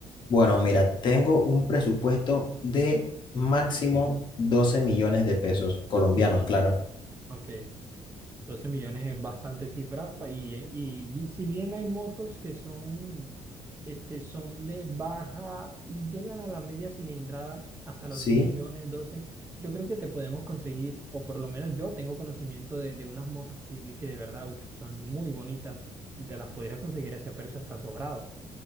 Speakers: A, on the left; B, on the right.
A: Bueno, mira, tengo un presupuesto de máximo 12 millones de pesos colombianos,
B: Ok,
A: claro.
B: ok. doce millones es bastante cifra pa- y, eh, y vi- si bien hay motos que son, este, son de baja y llegan a la media cilindrada hasta
A: Sí.
B: los 10 millones, doce yo creo que te podemos conseguir, o por lo menos yo tengo conocimiento de, de unas motos que, que de verdad uf, son muy bonitas y te las podrías conseguir a ese precio hasta sobrado.